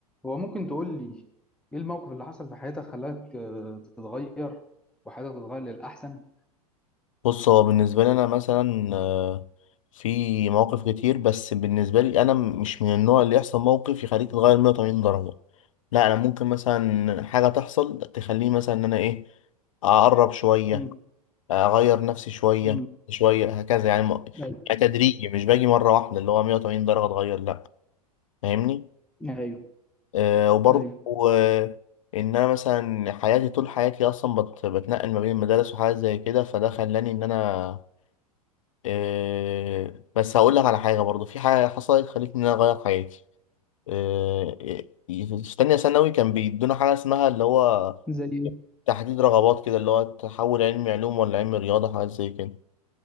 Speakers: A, in the centre; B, on the left.
A: هو ممكن تقول لي ايه الموقف اللي حصل في حياتك خلاك آه، تتغير وحياتك تتغير للأحسن؟
B: بص هو بالنسبة لي أنا مثلا آه، في مواقف كتير بس بالنسبة لي أنا م- مش من النوع اللي يحصل موقف يخليك تتغير 180 درجة لا أنا ممكن مثلا حاجة تحصل تخليني مثلا إن أنا إيه أقرب شوية
A: مم.
B: أغير نفسي شوية
A: مم.
B: شوية هكذا يعني م-
A: ايوه
B: يعني تدريجي مش باجي مرة واحدة اللي هو 180 درجة أتغير لأ فاهمني
A: ايوه
B: أه وبرضه
A: ايوه
B: آه، إن أنا مثلا حياتي طول حياتي أصلا بت- بتنقل ما بين المدارس وحاجات زي كده فده خلاني إن أنا آه، بس هقول لك على حاجة برضو في حاجة حصلت خلتني إن أنا أغير حياتي آه، آه، في تانية ثانوي كان بيدونا حاجة اسمها اللي هو
A: زي ايه؟
B: تحديد رغبات كده اللي هو تحول علم علوم ولا علم رياضة حاجات زي كده